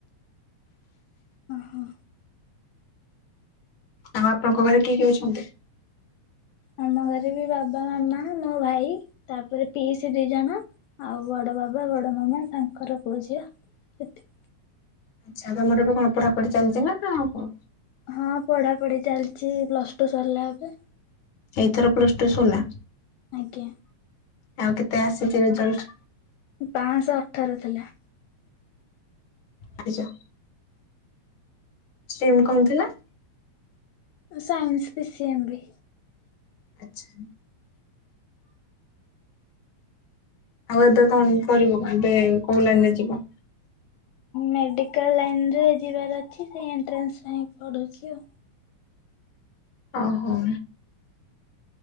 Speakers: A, on the left; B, on the left.
A: ଓ ହଁ।
B: ଆଉ ଆପଣଙ୍କ ଘରେ କିଏ କିଏ ଅଛନ୍ତି?
A: ଆମ ଘରେ ବି ବାବା ମାମା ମୋ ଭାଇ ତାପରେ ପିଇସି ଦି ଜଣ। ଆଉ ବଡ ବାବା ବଡ ମାମା ତାଙ୍କର ପୁଅ ଝିଅ ଏତିି।
B: ଆଚ୍ଛା ତୋମର ଏବେ କଣ ପଢାପଢି ଚାଲିଚି ନା ଆଉ କଣ?
A: ହଁ ପଢାପଢି ଚାଲିଚି ପ୍ଲସ୍ ଟୁ ସରିଲା ଏବେ।
B: ଏଇଥର ପ୍ଲସ୍ ଟୁ ସଲା?
A: ଆଜ୍ଞା।
B: ଆଉ କେତେ ଆସିଚି ରେଜଲ୍ଟ?
A: ପାଁଶହ ଅଠର ଥିଲା।
B: ପାଁଶ ସିମ୍ କଣ ଥିଲା?
A: ଅ, ସାଇନ୍ସ ପିସିି ଏମ୍ ବି।
B: ଆଚ୍ଛା। ଆଉ ଏବେ କଣ କରିବୁ? ଏବେ କୋଉ ଲାଇନ୍ ରେ ଯିବ?
A: ମେଡିକାଲ୍ ଲାଇନ୍ ରେ ଯିବାର ଅଛି ସେ ଏଣ୍ଟ୍ରାନ୍ସ ପାଇଁ ପଢୁଛି ଆଉ।
B: ଓ ହଁ।